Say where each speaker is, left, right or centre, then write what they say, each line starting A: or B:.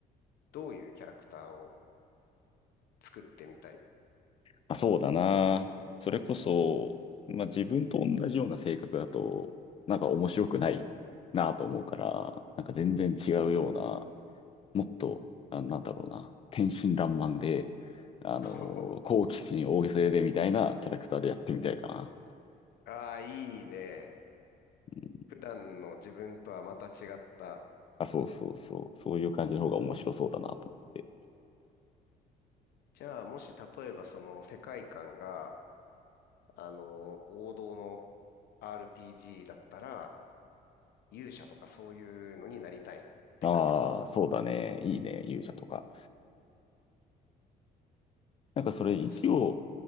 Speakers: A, on the left (about 70°); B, on the left (about 35°).
A: どういうキャラクターを作ってみたい
B: あ、そうだな。それこそ、まあ自分と同じような性格だと、なんか面白くないなと思うから、なんか全然違うようなもっと、あなんだろうな、天真爛漫で、あの
A: <laughs>
B: ー好奇心大げさでみたいなキャラクターでやってみたいかな。
A: ああ、いいね。
B: うん
A: 普段の自分とはまた違った。
B: あ、そうそうそう、そういう感じの方が面白そうだなと思って。
A: じゃあ、もし例えばその世界観が、あの、王道の RPG だったら、勇者とかそういうのになりたいって感じかな。
B: ああ、そうだね、いいね、勇者とか。なんかそれ一応
A: そ、